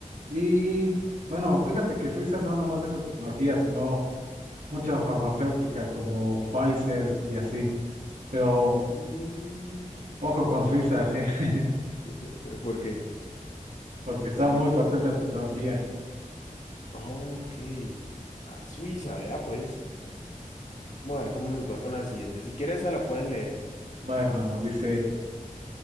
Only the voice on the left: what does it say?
Mm,
<laughs> ¿por qué?
Suiza.
Ok. Ah, Suiza, vea pues. Vamos a ver cómo nos va con la siguiente. Si quieres, esa la puedes leer.